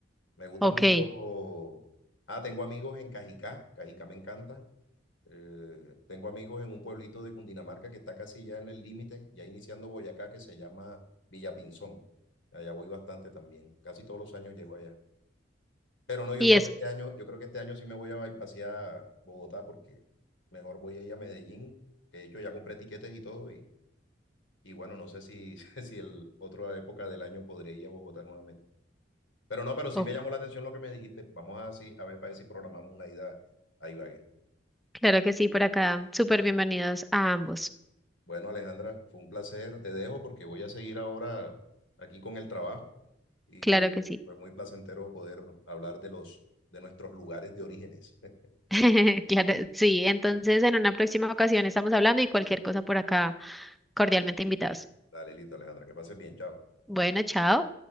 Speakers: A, on the left (about 90°); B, in the centre.
A: Me gusta
B: Ok,
A: mucho. Ah, tengo amigos en Cajicá. Cajicá me encanta. Eh, tengo amigos en un pueblito de Cundinamarca que está casi ya en el límite, ya iniciando Boyacá, que se llama Villapinzón. Allá voy bastante también. Casi todos los años llego allá. Pero no, yo
B: y
A: creo
B: es,
A: que este año, yo creo que este año sí me voy a pasear Bogotá porque mejor voy a ir a Medellín, que de hecho ya compré tiquetes y todo y, y bueno, no sé si, <laughs> si el otra época del año podré ir a Bogotá nuevamente. Pero no, pero sí
B: oh,
A: me llamó la atención lo que me dijiste. Vamos a, sí, a ver para ver si programamos una ida a Ibagué.
B: claro que sí, por acá. Súper bienvenidos a ambos.
A: Bueno, Alejandra, fue un placer. Te dejo porque voy a seguir ahora aquí con el trabajo y
B: Claro que sí.
A: fue muy placentero poder hablar de los de nuestros lugares de orígenes. <laughs>
B: <laughs> Claro, sí, entonces en una próxima ocasión estamos hablando y cualquier cosa por acá, cordialmente invitados.
A: Dale, listo, Alejandra, que pases bien, chao.
B: Bueno, chao.